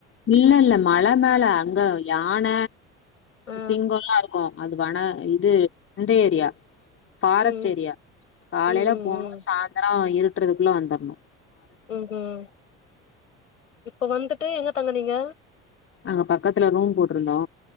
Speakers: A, on the left (about 35°); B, on the left (about 80°).
A: இல்ல இல்ல மல மேல அங்க யான
B: ஆ
A: சிங்கல்லா இருக்கு அது வன இது இந்த ஏரியா ஃபாரஸ்ட்
B: ம்
A: ஏரியா காலையில
B: ம் ம்
A: போனோ சாந்தரா இருட்டுறதுக்குள்ள வந்தர்னோ
B: ம் ம் இப்ப வந்துட்டு எங்க தங்கனீங்க
A: அங்க பக்கத்துல ரூம் போட்டுருந்தோ